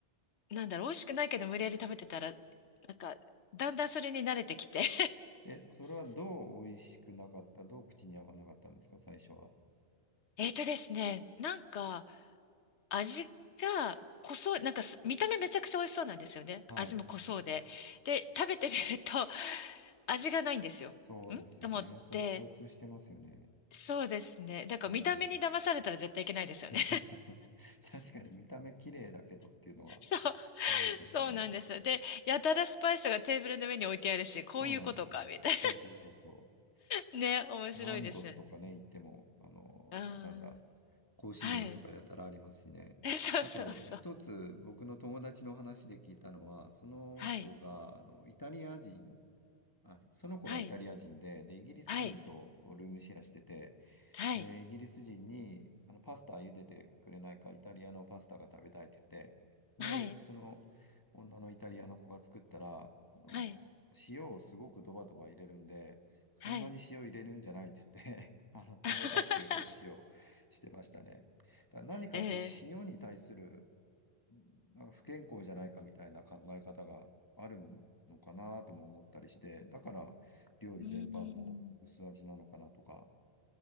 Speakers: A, on the left (about 80°); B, on the left (about 20°).
A: う、なんだろう、美味しくないけど無理やり食べてたら、なんか、だんだんそれに慣れてきて。<laughs>
B: え、それはどう美味しくなかった、どう口に合わなかったんですか、最初は。
A: えーとですね、なんか、味が濃そう、なんかす見た目めちゃくちゃ美味しそうなんですよね。
B: はい。
A: 味も濃そうで。で、食べてみると、<laughs> 味がないんですよ。
B: そうですよね。
A: んと思って、
B: それ共通してますよね。
A: そうですね。だから見た目に騙されたら絶対いけないですよね。
B: うん。<laughs> 確かに見た目綺麗だけどっていうのは
A: <laughs> そう、
B: 多いですね。
A: そうなんです。で、やたらスパイスがテーブルの上に置いてあるし、こういうことか、
B: そうなんですよ。
A: みたい
B: そうそうそうそう。
A: な。<laughs> ね、面白いですよね。
B: ナンドスとかね、行っても、あの、
A: うん。
B: なんだ、香辛料とかやたらありますしね。
A: はい。<laughs> そうそうそう。
B: あと、一つ僕の友達の話で聞いたのは、その子が、
A: はい。
B: あの、イタリア人、あ、その子がイタリア人で、
A: はい。
B: で、イギリス人とこうルームシェアしてて、
A: はい。はい。
B: で、イギリス人に、あの、パスタ茹でてくれないか、イタリアのパスタが食べたいって言って、で、
A: はい。
B: その女のイタリアの子が作ったら、あの、
A: はい。
B: 塩をすごくドバドバ入れるんで、そんなに塩入れるんじゃないって言って
A: はい。
B: <laughs> あの、止めたっていう話をしてましたね。
A: <laughs>
B: だから何かこう、
A: え
B: 塩に対する、なんか不健康じゃないかみたいな考え方があるのかなとも思ったりして、だから料理全般も薄味なのかなとか、
A: ー、うーん。